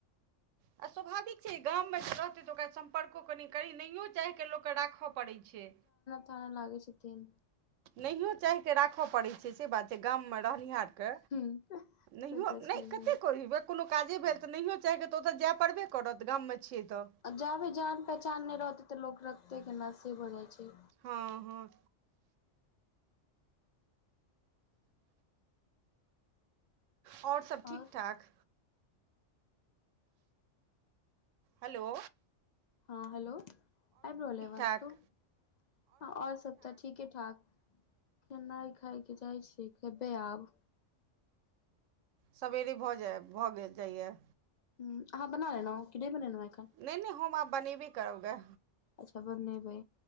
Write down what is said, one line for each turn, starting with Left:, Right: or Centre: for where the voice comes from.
Right: आ स्वाभाविक छै, जे गाम मे जे रहते तऽ ओकरा सम्पर्को कनि करी नहि चाहिकेऽ लोकके राखऽ पड़ै छै।
Left: ताने लागै छथिन।
Right: नहियो चाहिके राखऽ पड़ै छै, से बात छै, गाममे रहनिहार कऽ,
Left: हूँ से
Right: नहियो
Left: तऽ छैहे
Right: नै कतेक कहबि कोनो काजे भेल तऽ नहियो चाहीके तऽ ओतय जाय पड़बै करत, गाममे छियै तऽ।
Left: जाबै जान -पहचान नहि रहते तऽ, लोक रखते केना से भऽ जाइ छै।
Right: हाॅं- हाॅं। और सब ठीक
Left: आओर
Right: ठाक? हलो!
Left: हाॅं, हलो आइब रहल आवाज
Right: ठाक
Left: कहूॅं। हाॅं, आओर सब तऽ ठीक के ठाक। खेनाइ खाय के चाह छियै, खेबे आब।
Right: सबेरे भऽ जाय भऽ गेल जाइय।
Left: हूॅं, अहाँ बना लेलउ, की नइ बनेलऽउ अखन?
Right: नहि-नहि हम आब बनेबे करब गे।
Left: अच्छा बनबे।